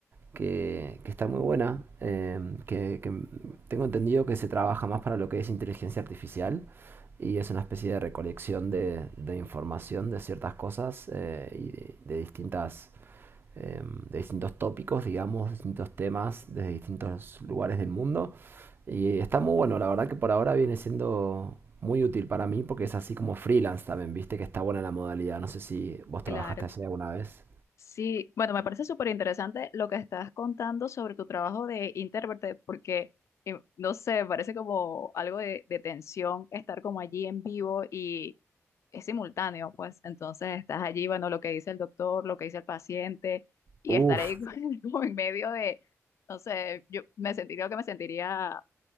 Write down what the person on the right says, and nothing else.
que, que está muy buena, eh, que, que tengo entendido que se trabaja más para lo que es inteligencia artificial y es una especie de recolección de, de información de ciertas cosas eh, y de, de distintas eh, de distintos tópicos, digamos, distintos temas desde distintos lugares del mundo. Y está muy bueno, la verdad que por ahora viene siendo muy útil para mí porque es así como freelance también, viste que está buena la modalidad. No sé si vos trabajaste
así alguna vez.
Uf,